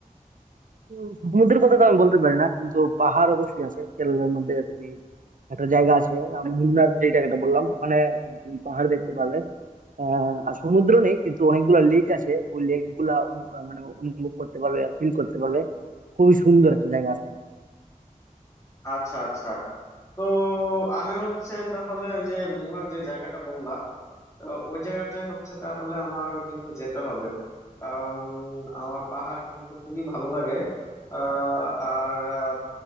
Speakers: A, on the right (about 70°); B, on the left (about 20°).
A: উম, সমুদ্রের কথা তো আমি বলতে পারি না কিন্তু পাহাড় অবশ্যই আছে কেরলের মধ্যে তুমি একটা জায়গা আছে আহ, মুন্নার যে জায়গাটা বললাম ওখানে উম, তুমি পাহাড় দেখতে পাবে আহ, আর সমুদ্র নেই কিন্তু অনেকগুলা লেক আছে ওই লেক গুলা অনু- আহ, মানে অনুভব করতে পারবে ফিল করতে পারবে খুবই সুন্দর একটা জায়গা আছে
B: আচ্ছা আচ্ছা তো আমি হচ্ছে তাহলে ওই যে মুনার যে জায়গাটা বললাম তো ওই জায়গাটা হচ্ছে তাহলে আমার কিন্তু যেতে হবে কারণ আমার পাহাড় কিন্তু খুবই ভালো লাগে আহ, আর আহ,